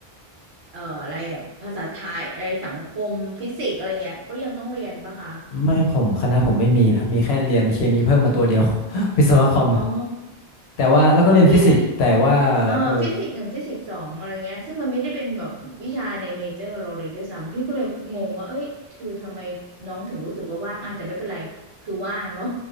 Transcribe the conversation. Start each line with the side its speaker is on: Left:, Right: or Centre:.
Right: เอ่ออะไรอะภาษาไทยอะไรสังคมฟิสิกส์อะไรเงี้ยก็ยังต้องเรียนปะคะ
Left: ไม่ผมคณะผมไม่มีนะครับมีแค่เรียนเคมีเพิ่มมาตัวเดียว <laughs> วิศวะคอม
Right: อ๋อ
Left: แต่ว่าแล้วก็เรียนฟิสิกส์แต่ว่าเออ
Right: แล้วพี่อ่าฟิสิกส์หนึ่งฟิสิกส์สองอะไรเงี้ยซึ่งมันไม่ได้เป็นแบบวิชาในเมเจอร์เราเลยด้วยซ้ำพี่ก็เลยงงว่าเอ้ยคือทำไมน้องถึงรู้สึกว่าว่างอ่ะแต่ไม่เป็นไรคือว่างเนาะ